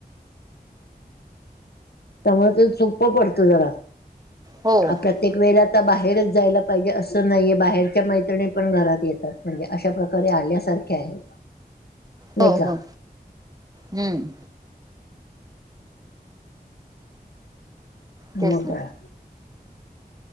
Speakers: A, on the left; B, on the right.
A: त्यामुळ ते सोप्प पडत जरा आपल्यात
B: हो हो
A: प्रत्येक वेळेला आता बाहेरच जायला पाहिजे असं नाहीये बाहेरच्या मैत्रिणी पण घरात येतात. म्हणजे, अशा प्रकारे आल्यासारखे आहेत. नाही
B: हो
A: का
B: हो हम्म तेच
A: म
B: ना
A: काय